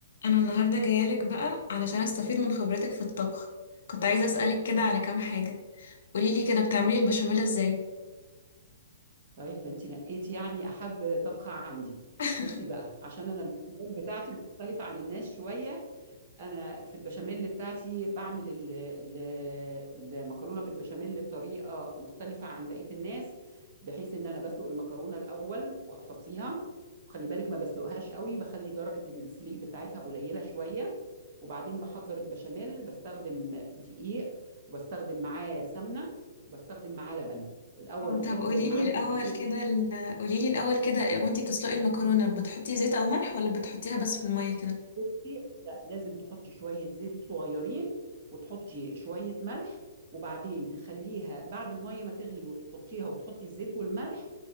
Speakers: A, on the left; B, on the right.
A: انا النهارده جايالك بقى علشان استفيد من خبرتك في الطبخ كنت عايزه اسالك كده على كام حاجه قوليلي كده بتعملي البشاميل ازاي
B: طيب ده انت نقيت يعني احب طبخه عندي
A: <laughs>
B: بصي بقى عشان انا البشاميل بتاعتي مختلفه عن الناس شويه انا في البشاميل بتاعتي بعمل ال- ال- المكرونه بالبشاميل بطريقه مختلفه عن بقيه الناس بحيث ان انا بسلق المكرونه الاول واصفيها وخلي بالك ما بسلقهاش قوي بخلي درجه السليق بتاعتها قليله شويه وبعدين بحضر البشاميل بستخدم دقيق وبستخدم معاه سمنه وبستخدم معاه لبن الاول
A: آه،
B: بحط
A: طب قوليلي
B: معالق
A: الاول
B: الدقيق
A: كده ال- قوليلي الاول كده وانتي بتسلقي المكرونه بتحطي زيت او ملح ولا بتحطيها بس في الميه كده
B: بصي لا لازم تحطي شوية زيت صغيرين وتحطي شوية ملح وبعدين تخليها بعد المية ما تغلي وتحطيها وتحطي الزيت والملح